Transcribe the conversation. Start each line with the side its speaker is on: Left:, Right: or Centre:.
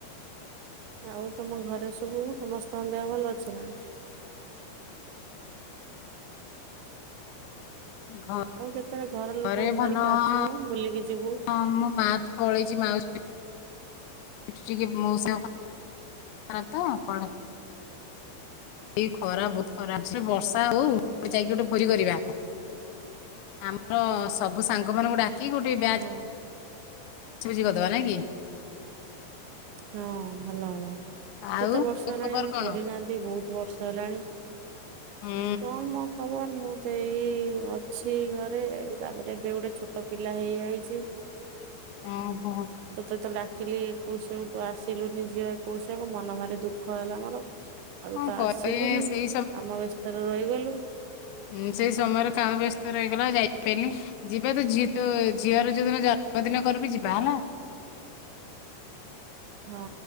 Right: ଆଉ ତମ ଘରେ ସବୁ ସମସ୍ତଙ୍କ ଦେହ ଭଲ ଅଛି ନା।
Left: ଘ
Right: ଆଉ କେତେବେଳେ ଘର ଲୋକଙ୍କୁ
Left: ଘରେ ଭଲ
Right: ଧରିକି ଆସୁନୁ
Left: ହଁ
Right: ବୁଲିକି ଯିବୁ
Left: ମୁଁ ମା। ପଳେଇଚି ମାଉସୀ ଏଠି ଟିକେ ମଉସାଙ୍କ <unintelligible> ଏଇ ଖରା ବହୁତ ଖରା ହଉଚି ବର୍ଷା ହଉ ଯାଇକି ଗୋଟେ ଭୋଜି କରିବା। ଆମର ସବୁ ସାଙ୍ଗମାନଙ୍କୁ ଡାକି ଗୋଟେ ବ୍ୟାଚ୍
Right: ହଉ।
Left: ଭୋଜି କରିଦବା ନା କି।
Right: ହଁ ଭଲ ହବ।
Left: ଆଉ
Right: କେତେ ବର୍ଷ
Left: ତୋ
Right: ହେଲାଣି
Left: ଖବର
Right: ଆମେ
Left: କଣ?
Right: କରିନାହାନ୍ତି ବହୁତ ବର୍ଷ ହେଲାଣି
Left: ହୁଁ
Right: କଣ ମ ଖବର ମୁଁ ତ ଏଇ ଅଛି ଘରେ ତାପରେ ଏବେ ଗୋଟେ ଛୋଟ ପିଲା ହେଇଯାଇଚି।
Left: ଅ ହଁ।
Right: ତତେ ତ ଡାକିଲି ଏକୋସିଆକୁ ତୁ ଆସିଲୁନି ଝିଅ ଏକୋସିଆକୁ ମନ ଭାରି ଦୁଃଖ ହେଲା ମୋର। ଆଉ
Left: କଣ
Right: ତ
Left: କହିବି
Right: ଆସିଲୁନି
Left: ସେଇ
Right: କାମ ବ୍ୟସ୍ତରେ ରହିଗଲୁ।
Left: ହୁଁ ସେଇ ସମୟରେ କାମ ବ୍ୟସ୍ତ ରହିଗଲା ଯାଇ ପାଇଲିନି। ଯିବା ତ ଝି ତୋ ଝିଅର ଯୋଉଦିନ ଜନ୍ମଦିନ କରିବି ଯିବା ହେଲା।
Right: ହଁ